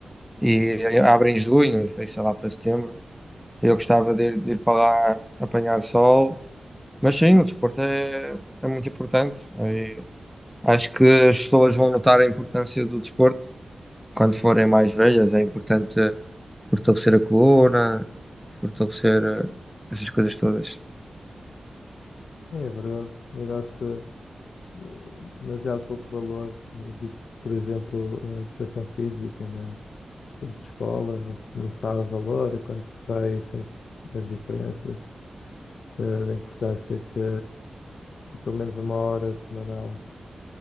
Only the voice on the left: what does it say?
É é verdade. E dá-se eh, demasiado pouco valor, né, do tipo, por exemplo, a educação física, né? Tempo de escola, não se, não se dá valor e quando se sai sente-se as diferenças, eh, da importância que pelo menos uma hora semanal